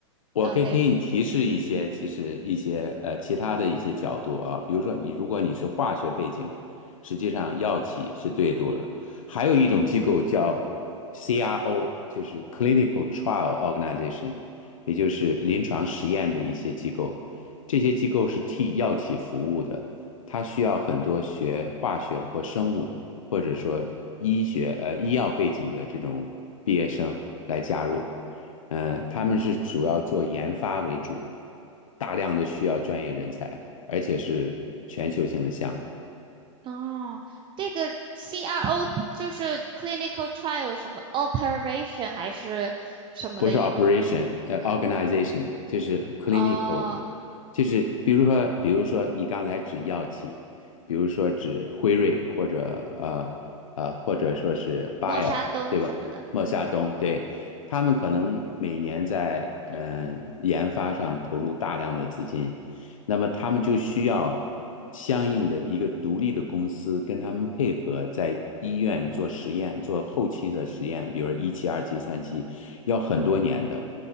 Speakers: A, on the left; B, on the right.
A: 我可以给你提示一些，
B: 呃那个
A: 其实一些呃其他的一些角度啊，比如说你如果你是化学背景，实际上药企是对多了。还有一种机构叫 CRO，就是 Clinical Trial Organization，也就是临床实验的一些机构。这些机构是替药企服务的，它需要很多学化学或生物。或者说医学呃医药背景的这种毕业生来加入。嗯、呃他们是主要做研发为主，大量的需要专业人才，而且是全球性的项目。
B: 哦，这个 CRO <sniffs> 就是 clinical trial 什么 operation 还是什么的一个，
A: 不是 operation，呃，organization 就是 clinical，
B: 呃，
A: 就是比如说，比如说你刚才指药企，比如说指辉瑞或者呃呃或者说是 Bayer，
B: 默沙东什么的，
A: 对吧？莫夏东，
B: 嗯。
A: 对，他们可能每年在嗯、呃研发上投入大量的资金，那么他们就需要相应的一个独立的公司跟他们配合，在医院做实验，做后期的实验，比如一期、二期、三期，要很多年的，